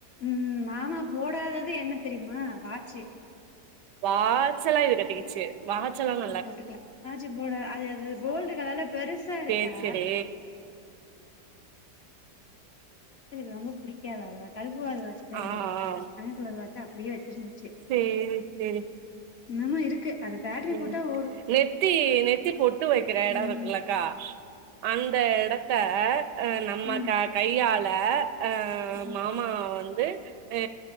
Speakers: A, on the left; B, on the right.
A: ம் மாமா போடாதது என்ன தெரியுமா வாச்சு
B: வாச்செல்லா இது கட்டிகிச்சு வாச்சல்லா
A: து போட்டுக்கலா வாச்சி போட அது அது கோல்டு கலர்ல பெருசா இருக்கா
B: சேரி சேரி
A: இதுக்கு ரொம்ப புடிக்காது அவ்ளவா கருப்புவார் வாச்சுதா
B: ஆ
A: போட்
B: ஆ
A: தங்க கலர் வாச்ச அப்டியே வச்சிருந்துச்சு
B: சேர் செரி
A: என்னமோ இருக்கு அது பேட்ரி
B: ம்
A: போட்டா ஓடு
B: நெத்தி நெத்தி பொட்டு வைக்கற எடோ
A: ம்
B: இருக்குல்லக்கா அந்த எடத்த அ நம்ம
A: ம்
B: க கையால அ
A: ம்
B: மா மா வந்து அ